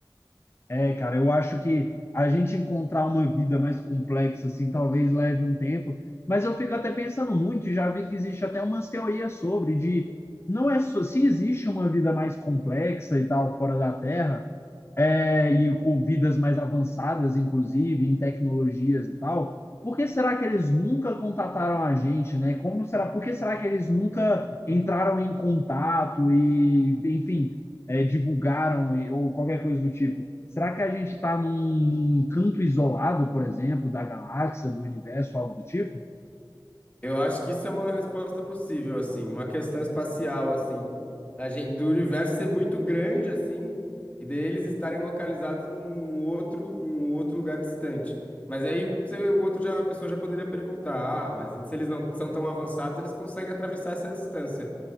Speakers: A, on the left; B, on the left.
A: É, cara, eu acho que a gente encontrar uma vida mais complexa, assim, talvez leve um tempo, mas eu fico até pensando muito, e já vi que existe até umas teorias sobre, de não é só, se existe uma vida mais complexa e tal, fora da Terra, é, e com vidas mais avançadas, inclusive, em tecnologias e tal, por que será que eles nunca contataram a gente, né? Como será, por que será que eles nunca entraram em contato e, enfim é, divulgaram ou qualquer coisa do tipo. Será que a gente está num, num canto isolado, por exemplo, da galáxia, do universo, algo do tipo?
B: Eu acho que isso é uma resposta possível, assim, uma questão espacial, assim, da gente, do universo ser muito grande, assim, e deles estarem localizados num outro, num outro lugar distante. Mas aí você- o outro já, a pessoa já poderia perguntar, ah, mas se eles não são tão avançados, eles conseguem atravessar essa distância.